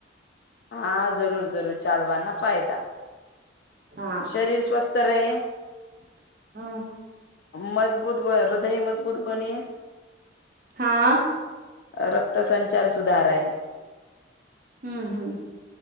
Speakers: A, on the left; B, on the right.
A: હા જરૂર જરૂર ચાલવાના ફાયદા.
B: હા
A: શરીર સ્વસ્થ રહે.
B: હમ
A: મજબૂત બ હૃદય મજબૂત બને.
B: હા.
A: રક્ત સંચાર સુધારાય.
B: હમ હમ.